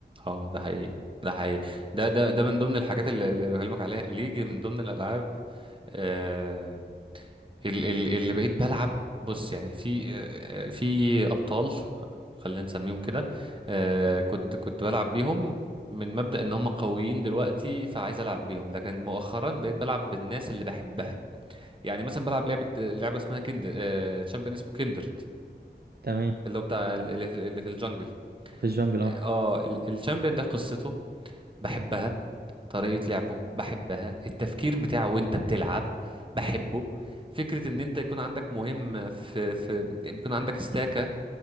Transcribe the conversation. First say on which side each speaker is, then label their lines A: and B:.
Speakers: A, on the right (about 30°); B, on the right (about 60°).
A: اه ده حقيقي ده حقيقي ده ده ده من ضمن الحاجات اللي اللي بكلمك عليها اللي يجي من ضمن الالعاب آه، ال- ال- اللي بقيت بلعب بص يعني في آه، في ابطال خلينا نسميهم كده آه، كنت كنت بلعب بيهم من مبدأ ان هم قويين دلوقتي فعايز العب بيهم لكن مؤخرا بقيت بلعب بالناس اللي بحبها يعني مثلا بلعب لعبة لعبة اسمها كندر تشامبيون اسمه كندرد
B: تمام
A: اللي هو بتاع ال- اللي في اللي في الجنجل
B: في الجنجل اه
A: اه ال- الشامبيون ده قصته بحبها طريقة لعبه بحبها التفكير بتاعه وانت بتلعب بحبه فكرة ان انت يكون عندك مهم في في بيكون عندك استاكة